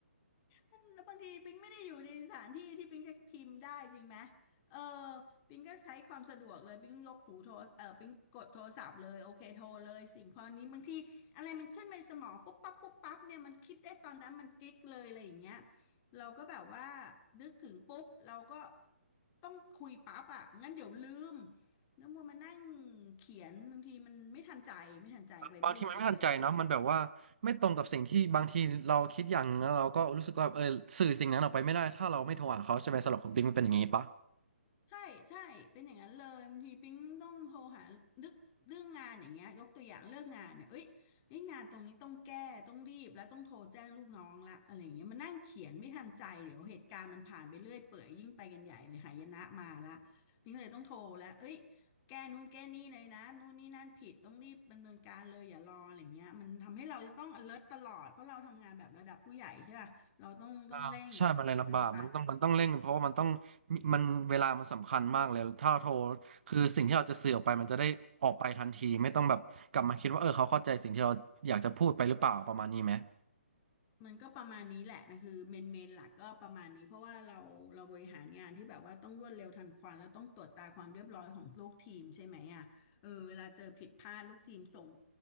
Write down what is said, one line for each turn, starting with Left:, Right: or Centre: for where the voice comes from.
Left: มันแล้วบางทีปิงไม่ได้อยู่ในสถานที่ที่ปิงจะพิมพ์ได้จริงไหมเออปิงก็ใช้ความสะดวกเลยปิงยกหูโทรเออปิงกดโทรศัพท์เลยโอเคโทรเลยสิ่งพอนี้บางทีอะไรมันขึ้นมาในสมองปุ๊บปั๊บปุ๊บปั๊บเนี่ยมันคิดได้ตอนนั้นมันกิ๊กเลยอะไรอย่างเงี้ยเราก็แบบว่านึกถึงปุ๊บเราก็ต้องคุยปั๊บอ่ะงั้นเดี๋ยวลืมแล้วมัวมานั่งเขียนบางทีมันไม่ทันใจไม่ทันใจวัยรุ่นปิ๊งวัยรุ่น
Right: บางทีมันไม่ทันใจเนาะมันแบบว่าไม่ตรงกับสิ่งที่บางทีเราคิดอย่างนึงแล้วเราก็รู้สึกว่าเออสื่อสิ่งนั้นออกไปไม่ได้ถ้าเราไม่โทรหาเขาใช่ไหมสำหรับคุณปิงมันเป็นอย่างนี้ปะ
Left: ใช่ใช่เป็นอย่างนั้นเลยบางทีปิ๊งต้องโทรหานึกเรื่องงานอย่างเงี้ยยกตัวอย่างเรื่องงานเนี่ยเอ้ยเอ้ยงานตรงนี้ต้องแก้ต้องรีบแล้วต้องโทรแจ้งลูกน้องละอะไรอย่างเงี้ยมันนั่งเขียนไม่ทันใจเดี๋ยวเหตุการณ์มันผ่านไปเรื่อยเปื่อยยิ่งไปกันใหญ่เลยหายนะมาละปิ๊งเลยต้องโทรแล้วเอ้ยแก้นู่นแก้นี่เลยนะนู่นนี่นั่นผิดต้องรีบดำเนินการเลยอย่ารออะไรเงี้ยมันทำให้เราจะต้อง alert ตลอดเพราะเราทำงานแบบระดับผู้ใหญ่ใช่ป่ะเราต้องต้องเร่ง
Right: อ่าใช่มันเลยลำบากมันต้องมันต้องเร่งเพราะว่ามันต้องมีมันเวลามันสำคัญมากเลยถ้าเราโทร
Left: ปฏิบัติ
Right: คือสิ่งที่เราจะสื่อออกไปมันจะได้ออกไปทันทีไม่ต้องแบบกลับมาคิดว่าเออเขาเข้าใจสิ่งที่เราอยากจะพูดไปหรือเปล่าประมาณนี้ไหม
Left: มันก็ประมาณนี้แหละนะคือเมนเมนหลักก็ประมาณนี้เพราะว่าเราเราบริหารงานที่แบบว่าต้องรวดเร็วทันควันแล้วต้องตรวจตาความเรียบร้อยของลูกทีมใช่ไหมอ่ะเออเวลาเจอผิดพลาดลูกทีมส่ง